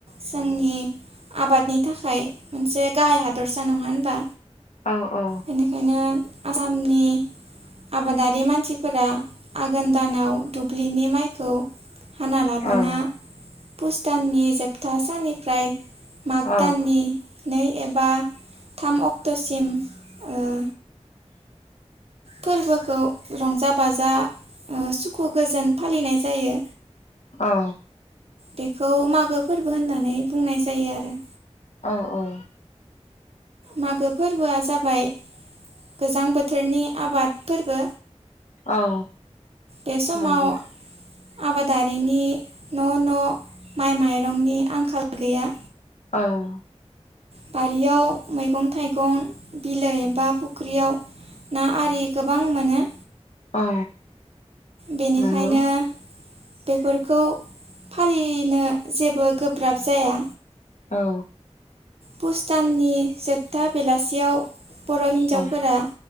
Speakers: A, on the right; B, on the left.
A: जोंनि आबादनि थाखाय मोनसे गाहाय हादरसा नङा होनबा
B: औ औ
A: बेनिखायनो आसामनि आबादारि मानसिफोरा आघोन दानाव दुब्लि दुब्लि नि माइखौ हाना लाबोना
B: औ
A: पुस दाननि जोबथा साननिफ्राय माग
B: औ
A: दाननि नै एबा थाम अक्टसिम ओ फोरबोखौ रंजा बाजा ओ सुखु गोजोन फालिनाय जायो।
B: औ
A: बेखौ मागो फोरबो होननानै बुंनाय जायो आरो।
B: औ औ
A: मागो फोरबोआ जाबाय गोजां बोथोरनि आबाद फोरबो
B: औ
A: बे समाव
B: नंगौ
A: आबादारि रिनि न न माइ माइरंनि आंखाल गैया।
B: औ
A: बारियाव मैगं थाइगं बिलो एबा फुख्रियाव ना आरि गोबां मोनो।
B: औ
A: बेनिखायनो
B: नंगौ
A: बेफोरखौ फालिनो जेबो गोब्राब जाया।
B: औ
A: पुस दाननि जोबथा बेलासियाव बर हिन्जावफोरा
B: औ